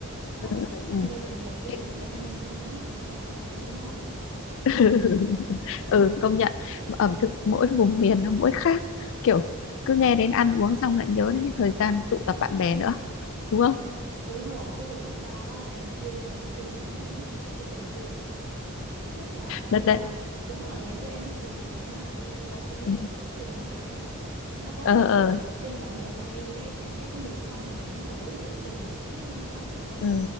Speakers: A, on the right (about 80°); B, on the left (about 65°).
A: đó
B: ừ ừ ừ
A: cho nên là nhiều khi
B: Cái-
A: em không biết em đang ăn bánh mặn hay là đang ăn bánh ngọt nữa kiểu vậy
B: <laughs> ừ, công nhận ẩm thực mỗi vùng miền nó mỗi khác kiểu cứ nghe đến ăn uống xong lại nhớ đến cái thời gian tụ tập bạn bè nữa đúng không
A: đúng rồi cái hồi cấp 3 là em chuyên ra đi ăn xiên bẩn luôn á ở cái cổng trường trước là
B: đợt
A: nhưng
B: đấy
A: mà đúng rồi ngày xưa em học trường Hàm Rồng á nhưng mà em toàn phi sang
B: ừ
A: cái chỗ trường Nguyễn Trãi ấy. nó có
B: ờ
A: mấy cái
B: ờ
A: quán xiên bẩn ở ngay cái cái cái, cái một cái con hẻm ở đối diện trường Nguyễn Trãi á, ngon lắm chị ơi
B: ừ